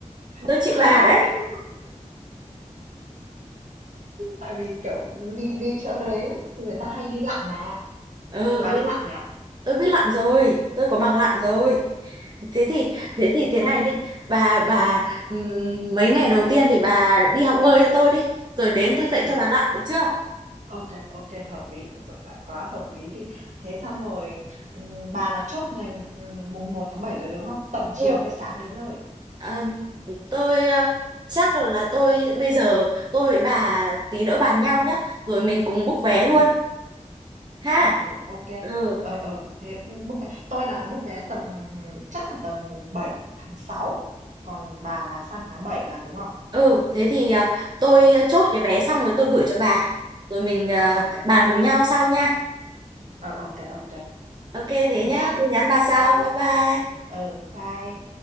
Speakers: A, on the right (about 70°); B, on the right (about 35°).
A: <laughs>
B: Tôi chịu bà đấy.
A: Tại vì kiểu đi đi chỗ đấy người ta hay đi lặn mà.
B: Ừ
A: Bà
B: ừ,
A: biết làm rồi à?
B: tôi biết lặn rồi, tôi có bằng lặn rồi. Thế thì
A: Vãi,
B: thế thì
A: siêu
B: thế này
A: thế!
B: đi. Bà bà ừm, mấy ngày đầu tiên thì bà đi học bơi cho tôi đi, rồi đến tôi dạy
A: Ờ,
B: cho bà lặn được chưa?
A: ok ok hợp lý, rồi lại quá hợp lý đi. Thế xong rồi, ừm, bà là chốt ngày, ừm, mùng một tháng 7 rồi, đúng không? Tầm chiều
B: Ừ.
A: hay sáng đến nơi?
B: à, tôi ờ, chắc là tôi bây giờ tôi với bà tí nữa bàn nhau nhá, rồi mình cùng book vé luôn
A: Ừm,
B: ha.
A: ờ, ờ, ok
B: Ừ.
A: ờ, ờ, thế, book vé tôi là book vé tầm chắc là tầm mùng 7 tháng sáu còn bà là sang tháng 7 mà, đúng không?
B: Ừ, thế thì à, tôi à, chốt cái vé xong rồi tôi gửi cho bà. Rồi mình à,
A: ok kê,
B: bàn cùng nhau sau nha.
A: ờ, ô kê,
B: Ok thế
A: thế
B: nhá,
A: nhá.
B: tôi nhắn bà sau. Bye bye.
A: Ừ, bye.